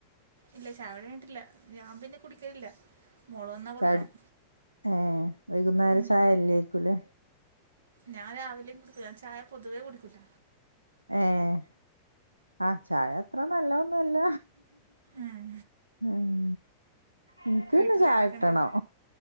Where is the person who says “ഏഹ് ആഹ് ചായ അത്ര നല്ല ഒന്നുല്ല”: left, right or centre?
Right